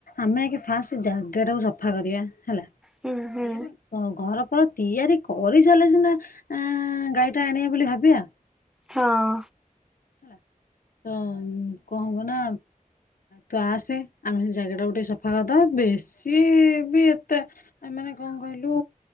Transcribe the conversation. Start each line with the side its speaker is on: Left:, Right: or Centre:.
Left: ଆମେ ଫାଷ୍ଟ ଜାଗା ଟାକୁ ସଫା କରିବା ହେଲା
Centre: ହୁଁ ହୁଁ।
Left: ଆଜ୍ଞା ଘର ତିଆରି କରିସାରିଲେ ସିନା ଗାଈ ଟା ଆଣିବେ ବୋଲି ଭାବିବା
Centre: ହଁ
Left: ହେଲା ତ କଣ ହବ ନା ତୁ ଆସେ ଆମେ ସେ ଜାଗେଟ ଟା ଟିକେ ସଫା କରିଦବା ବେଶୀ ବି ଏତେ ମାନେ କଣ କହିଲୁ